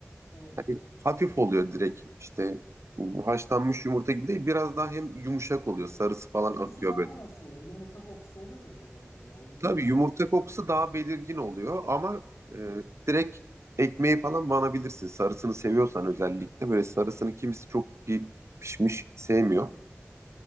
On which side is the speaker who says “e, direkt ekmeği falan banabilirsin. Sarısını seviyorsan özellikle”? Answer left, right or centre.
Right